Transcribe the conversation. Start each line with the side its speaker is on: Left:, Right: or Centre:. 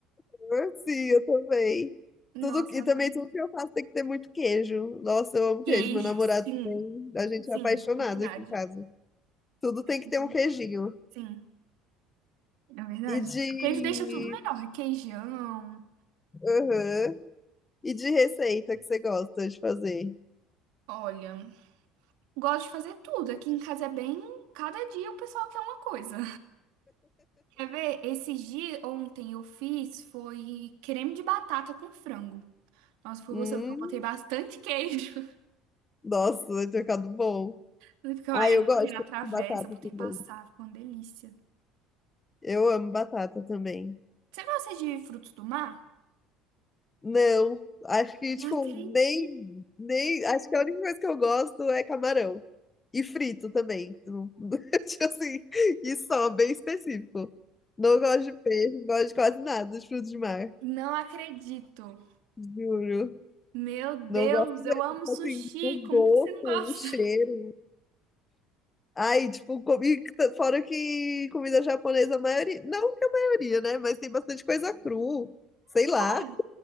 Left: senhor. sim, eu também.
Right: Nossa,
Left: Tudo, e
Right: adoro.
Left: também tudo que eu faço tem que ter muito queijo. Nossa, eu amo
Right: Queijo,
Left: queijo. Meu namorado
Right: sim.
Left: também, a gente
Right: Sim,
Left: é apaixonado
Right: verdade.
Left: aqui em casa. Tudo tem que
Right: Verdade.
Left: ter um queijinho.
Right: Sim, é verdade.
Left: E de,
Right: Queijo deixa tudo melhor. Requeijão.
Left: aham. E de receita que você gosta de fazer?
Right: Olha, gosto de fazer tudo. Aqui em casa é bem. Cada dia o pessoal quer uma coisa. Quer ver? Esses dias, ontem eu fiz foi creme de batata com frango. Nossa, foi
Left: Hum,
Right: gostoso, porque eu botei bastante queijo.
Left: nossa, vai ter ficado bom.
Right: porque fica-
Left: Ah,
Right: aí
Left: eu
Right: eu botei
Left: gosto
Right: na
Left: de
Right: travessa,
Left: batata
Right: botei
Left: também.
Right: passar, ficou uma delícia.
Left: Eu amo batata também.
Right: Você gosta de frutos do mar?
Left: Não, acho que,
Right: Não
Left: tipo,
Right: acredito.
Left: nem, nem. Acho que a única coisa que eu gosto é camarão. E frito também. Não- <laughs> Tipo assim, e só, bem específico. Não gosto de peixe, não gosto de quase nada de frutos de mar.
Right: Não acredito.
Left: Juro.
Right: Meu
Left: Não
Right: Deus,
Left: gosto mesmo.
Right: eu amo
Left: Tipo
Right: sushi.
Left: Assim, o
Right: Como
Left: gosto,
Right: que você não gosta?
Left: o cheiro. Ai, tipo, comi, fora que comida japonesa, a maioria. Não que a maioria, né? Mas tem bastante coisa cru. Sei lá.
Right: É. O